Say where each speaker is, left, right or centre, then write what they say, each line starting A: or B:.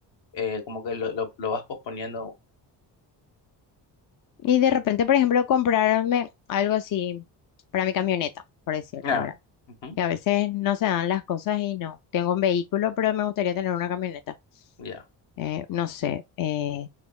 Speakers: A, on the left; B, on the left.
A: eh, como que lo, lo, lo vas posponiendo.
B: Y de repente, por ejemplo, comprarme algo así para mi camioneta, por decirte
A: Ah,
B: ahora.
A: ujú,
B: Que a veces no se dan las cosas y no. Tengo un vehículo, pero me gustaría tener una camioneta.
A: ya.
B: Eh, no sé, eh,